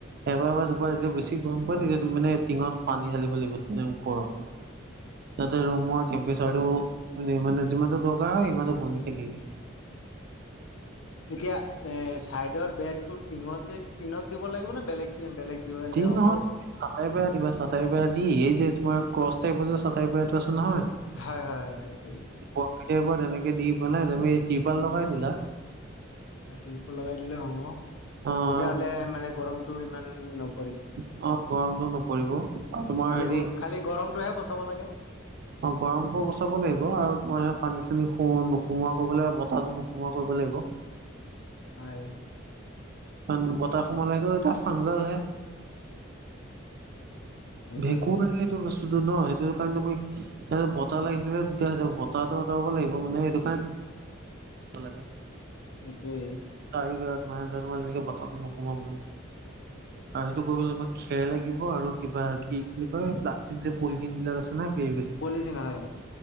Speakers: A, on the right; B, on the left.
A: এবাৰ বা দুবাৰ যেতিয়া বেছি গৰম পৰে, তেতিয়া তুমি মানে টিঙত পানী ঢালিব লাগিব মানে ওপৰত। তাতে ৰুমৰ টেম্পেচাৰটো মানে যিমানটো দৰকাৰ হয় সিমানটো বনি থাকেগে।
B: এতিয়া এ চাইডৰ বেৰটো টিঙতে টিনত দিব লাগিব নে বেলেগ বেলেগ দিবিলে
A: যি
B: হ'ব!
A: নহয় চাটাই বেৰা দিবা চাটাই বেৰা দি এই যে তোমাৰ ক্ৰচ টাইপ যে চাটাৰ বেৰাটো আছে নহয়!
B: হয়, হয়, হয়, এইটো।
A: বৰ্ফি টাইপৰ তেনেকে দি পেলাই তুমি তিৰপাল লগাই দিলা।
B: তৰোৱাল লগাই দিলে হ'ব,
A: অ
B: তেতিয়াহ'লে
A: আৰু
B: মানে গৰমতটো ইমান ন
A: অ', গৰমতটো নপৰিব আৰু তোমাৰ
B: খালি
A: হেৰি
B: গ খালি গৰমটোহে বচাব লাগে।
A: অ', গৰম পৰা বচাব লাগিব আৰু তোমাৰ সেই পানী-চানী নোসোমোৱা কৰিব লাগিব বতাহো নোসোমোৱা কৰিব লাগিব।
B: হয়।
A: কাৰন বতাহ সোমালে সেইটো এটা ফাংগল হে।
B: সেইটোয়েতো
A: ভেকুৰ উঠিলে সেইটো বস্তুটো ন' সেইটো কৰণে, তুমি এই বতাহ লাগিলে তেতিয়া হৈ যাব, বতাহটো অতৰাব লাগিব মানে সেইটো কাৰণে <unintelligible> লাগে।
B: সেইটোৱেই।
A: চাৰি বেৰত মানে ধৰা তোমাৰ যেনেকে বতাহটো নোসোমাবলৈ। আৰু সেইটো কৰিবলৈ তোমাক খেৰ লাগিব আৰু কিবা কি বুলি কয়? প্লাষ্টিক যে পলিথিন বিলাক আছে না কেৰিবেগ।
B: পলিথিন হয়।